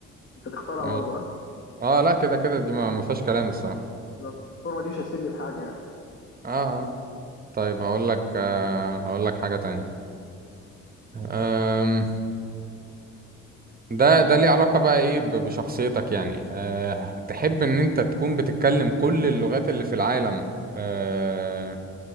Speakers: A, on the left (about 40°); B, on the right (about 30°).
A: انت تختارها
B: ماشي
A: برضه ها
B: اه لا كده كده دي ما ما فيهاش كلام الصراحة
A: بالظبط الفورمه دي مش هتفيدني بحاجه يعني
B: اه اه طيب هقول لك آه هقول لك حاجة تانية أم... ده ده ليه علاقة بقى ايه ب- بشخصيتك يعني أه... تحب ان انت تكون بتتكلم كل اللغات اللي في العالم أه...